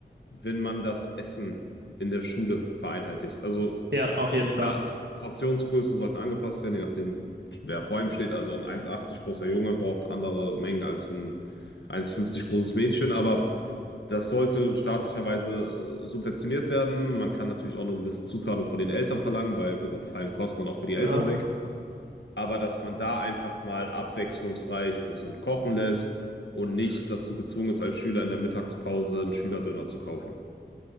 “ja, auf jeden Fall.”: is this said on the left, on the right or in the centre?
Right